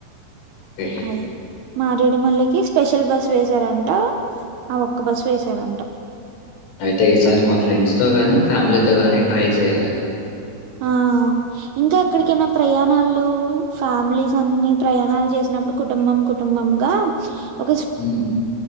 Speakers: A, on the left; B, on the right.
A: ఓకే.
B: అది మారేడుమల్లికి స్పెషల్ బస్ వేసారంట ఆ ఒక్క బస్ వేసారంట
A: అయితే ఈసారి మా ఫ్రెండ్స్ తో గాని, ఫ్యామిలీతో గాని ట్రై చేయాలి.
B: ఆ ఇంకా ఎక్కడికైనా
A: హ్మ్.
B: ప్రయాణాలు ఫ్యామిలీస్ అన్ని ప్రయాణాలు చేసి నప్పుడు కుటుంబం కుటుంబంగా ఒక
A: హ్మ్.